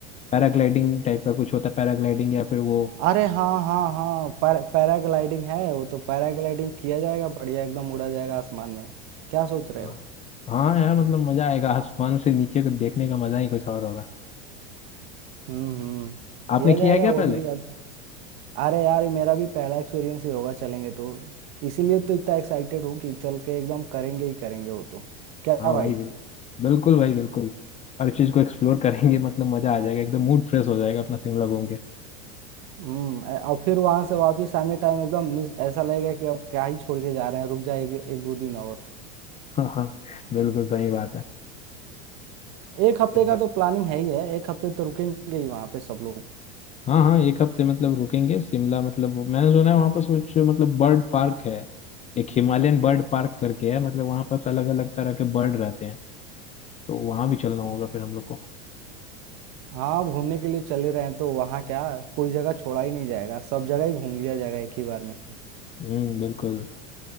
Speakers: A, on the left (about 20°); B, on the right (about 55°).
A: पैराग्लाइडिंग टाइप का कुछ होता है पैराग्लाइडिंग या फिर वो
B: अरे हाँ हाँ हाँ पैरा पैराग्लाइडिंग है वो तो पैराग्लाइडिंग किया जाएगा बढ़िया एकदम उड़ा जाएगा आसमान में क्या सोच रहे
A: हाँ
B: हो
A: हाँ यार मतलब मजा आएगा आसमान से नीचे को देखने का मजा ही कुछ और होगा
B: हम्म हम्म
A: आपने
B: किया
A: किया
B: जाएगा
A: है क्या
B: वो
A: पहले
B: भी अब अरे यार मेरा भी पहला एक्सपीरियंस ही होगा चलेंगे तो इसीलिए तो इतना एक्साइटेड हूँ कि चल के एकदम करेंगे ही करेंगे वो तो क्या
A: हाँ
B: भाई
A: भाई बिल्कुल बिल्कुल भाई बिल्कुल हर चीज को एक्सप्लोर करेंगे मतलब मजा आ जाएगा एकदम मूड फ्रेश हो जाएगा अपना शिमला घूम के
B: हम्म अ- और फिर वहां से वापिस आने टाइम एकदम मिस ऐसा लगेगा कि अब क्या ही छोड़ के जा रहे हैं रुक जाए एक, एक दो दिन और
A: हाँ हाँ बिल्कुल सही बात है
B: एक
A: सही
B: हफ्ते का
A: बात है।
B: तो प्लानिंग है ही है एक हफ्ते तो रुकेंगे ही वहां पे सब लोग
A: हाँ हाँ एक हफ्ते मतलब रुकेंगे शिमला मतलब वो- मैंने सुना है वहाँ पर कुछ मतलब बर्ड पार्क है एक हिमालयन बर्ड पार्क करके है मतलब वहाँ पर अलग अलग तरह के बर्ड रहते हैं तो वहाँ भी चलना होगा फिर हम लोग को
B: हाँ घूमने के लिए चले रहे हैं तो वहाँ क्या कोई जगह छोड़ा ही नहीं जाएगा सब जगह ही घूम लिया जाएगा एक ही बार में
A: हम्म बिल्कुल